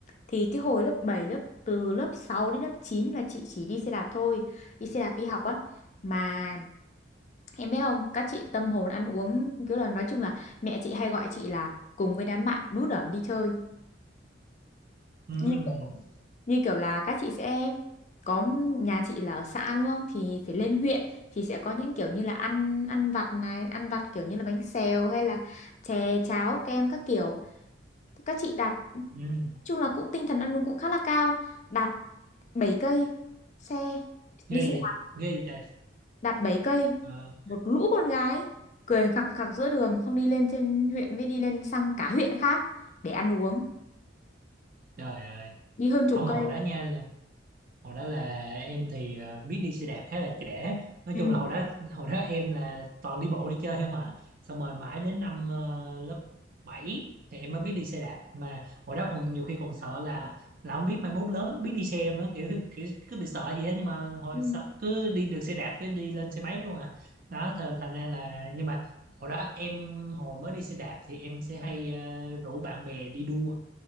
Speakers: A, on the left; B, on the right.
A: thì cái hồi lớp bảy lớp từ lớp 6 đến lớp 9 là chị chỉ đi xe đạp thôi đi xe đạp đi học á mà em biết không các chị tâm hồn ăn uống kiểu là nói chung là mẹ chị hay gọi chị là cùng với đám bạn đú đởn đi chơi
B: ừ
A: như kiểu, như kiểu là các chị sẽ có nhà chị là ở xã đúng không thì phải lên huyện thì sẽ có những kiểu như là ăn ăn vặt này ăn vặt kiểu như là bánh xèo hay là chè cháo kem các kiểu các chị đạp nói
B: ừ
A: chung là cũng tinh thần ăn uống cũng khá là cao đạp 7 cây xe
B: ghê
A: đi xe
B: vậy
A: đạp
B: ghê vậy trời
A: đạp bảy cây
B: Ờ,
A: một lũ con gái cười khặc khặc giữa đường xong đi lên trên huyện với đi lên sang cả huyện khác để ăn uống
B: trời ơi
A: đi hơn chục
B: không
A: cây
B: mà hồi đó nha hồi đó là em thì ờ, biết đi xe đạp khá là trễ nói
A: ừ
B: chung là hồi đó hồi đó em là toàn đi bộ đi chơi không mà xong rồi mãi đến năm ờ, lớp 7 thì em mới biết đi xe đạp mà hồi đó còn nhiều khi còn sợ là là không biết mai mốt lớn biết đi xe em nữa kiểu, kiểu cứ bị sợ gì á nhưng mà hồi
A: ừ
B: sợ cứ đi được xe đạp cứ đi lên xe máy luôn à đó th- thành ra là nhưng mà hồi đó em hồi mới đi xe đạp thì em sẽ hay ờ, rủ bạn bè đi đua